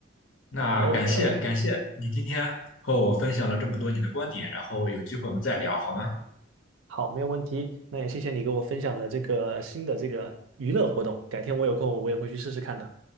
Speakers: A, on the left (about 75°); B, on the right (about 85°).
A: 那感谢感谢你今天和我分享了这么多你的观点，
B: OK OK，
A: 然后有机会我们再聊好吗？
B: 好，没有问题。那也谢谢你给我分享了这个新的这个娱乐活动，改天我有空我也会去试试看的。